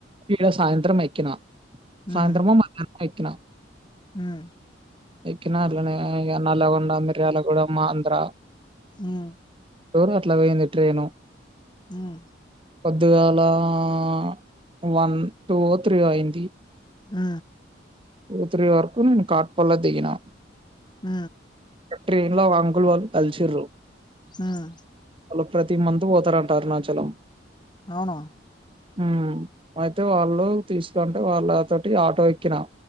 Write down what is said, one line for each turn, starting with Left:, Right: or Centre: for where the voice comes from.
Right: యిడ సాయంత్రం ఎక్కినా సాయంత్రమో
Left: ఉమ్
Right: మధ్యానమో ఎక్కిన
Left: ఉమ్
Right: ఎక్కిన అట్లనే ఇగ నల్లగొండ మిర్యాలగూడెమ్ ఆంధ్ర
Left: ఉమ్
Right: ఓరో అట్లా వేయింది ట్రెను
Left: ఉమ్
Right: పొద్దుగాల ఆ వన్ టూ త్రీ అయింది
Left: ఉ
Right: టూ త్రి వరకు నేను కాట్పల్ల దిగినా
Left: ఉ
Right: ట్రేన్ లమా అంకుల్ వాళ్ళు కల్ శిరు
Left: ఉమ్
Right: హలో ప్రతి మంత్ పోతారంట అరుణాచలం
Left: ఔనా
Right: ఉ అయితే వాళ్ళు తీసుకుంటే వాళ్ళు అ తోటి ఆటో ఎక్కిన